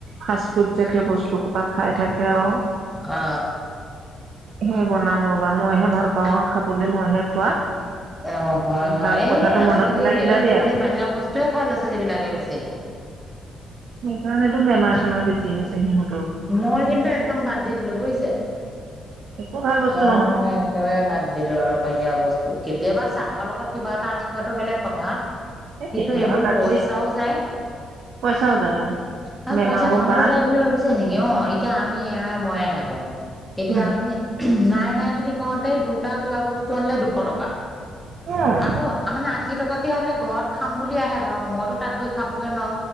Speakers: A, on the right (about 70°); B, in the centre.
A: ফাষ্ট ফুড জাতীয় বস্তু কোবা খাই থাকে আৰু <unintelligible>
B: অ
A: সেই বনাম ৰবা মইহে ভাল পাওঁ আৰু খাবলৈ মইহে খোৱা
B: অ হয় হয়
A: ভাল
B: এই
A: কথাটো
B: আজিকালি
A: মনত পেলাই দিলা
B: আজিকালি
A: দিয়া।
B: বাহিৰৰ বস্তুয়ে খাই ল'ৰা ছোৱালী বিলাকে বেছি <inaudible>
A: সেইকাৰণেতো বেমাৰ চেমাৰ বেছি হৈছে সিহঁত
B: মই কিন্তু একদম বাদ দি দিলো বুজিছে
A: একো ভাল বস্তু
B: মই
A: নহয়
B: একেবাৰে বাদ দিলো আৰু বাহিৰা বস্তু কেতিয়াবা চাহৰ লগত কিবা এটা আনি খোৱাটো বেলেগ কথা
A: এই
B: কিন্তু
A: কেতিয়াবা
B: এইবোৰ
A: কাৎচিত
B: পইচাও যায়।
A: পইচাও যায় আৰু
B: হ
A: বেমাৰৰ
B: পইচা ধেমালি
A: বাহ
B: যায় বুলি ভাবিছে নেকি <unintelligible> অ এতিয়া আমি এ মইয়ে থাকো, এতিয়া
A: উম,
B: আপুনি নাই নাই বুলি কওঁতে দুটা কিবা বস্তু আনিলে দুশ টকা।
A: উম,
B: আকৌ মানে আশী টকাকে হলে ঘৰত খাম বুলি আহে ধৰক মইতো তাত গৈ খাবগে ন